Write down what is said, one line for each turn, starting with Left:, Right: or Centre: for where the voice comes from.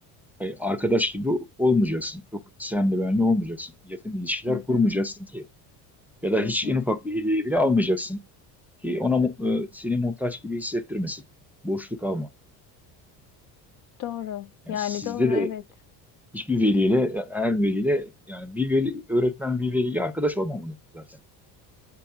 Centre: hani arkadaş gibi olmayacaksın. Çok senle benle olmayacaksın. Yakın ilişkiler
Left: Hı hı,
Centre: kurmayacaksın ki. Ya da
Left: hı
Centre: hiç
Left: hı.
Centre: en ufak bir hediye bile almayacaksın ki ona mu- e, seni muhtaç gibi hissettirmesin. Borçluk alma.
Left: Doğru.
Centre: Yani
Left: Yani
Centre: sizde
Left: doğru
Centre: de
Left: evet.
Centre: hiçbir veliyle, her veliyle yani bir veli, öğretmen bir veliyle arkadaş olmamalı zaten.